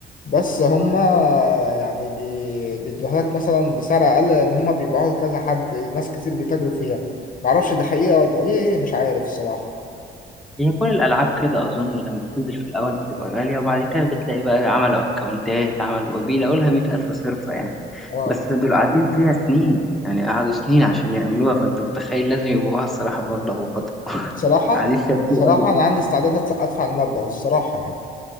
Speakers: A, on the left; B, in the centre.
A: بس هما يعني بي... بيدوها لك مثلا بسعر اقل لان هما بيبيعوها لكذا حد ناس كتير بيتاجروا فيها معرفش دي حقيقة ولا ايه مش عارف الصراحة
B: يعني كل الالعاب كده اظن لما بتنزل في الاول بتبقى غاليه وبعد كده بتلاقي بقى عملوا اكونتات عملوا وبيلاقوا لها 100000 صرفه يعني
A: اه
B: بس دول قاعدين فيها سنين يعني قعدوا سنين عشان يعملوها فانت متخيل لازم يبقوها الصراحة بمبلغ وقدره <laughs>
A: بصراحة
B: قاعدين فيها كتير
A: بصراحة
B: قوي
A: انا عندي استعداد أدفع أدفع المبلغ الصراحة يعني